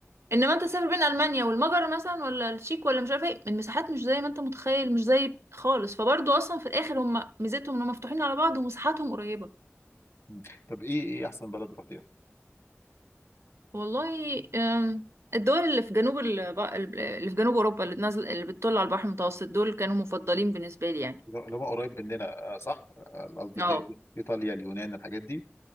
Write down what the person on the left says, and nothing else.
مم. طب إيه إيه أحسن بلد رحتيها؟
اللي هو قريب مننا آه، صح؟ آه، قصدك
إيه؟ إيطاليا اليونان الحاجات دي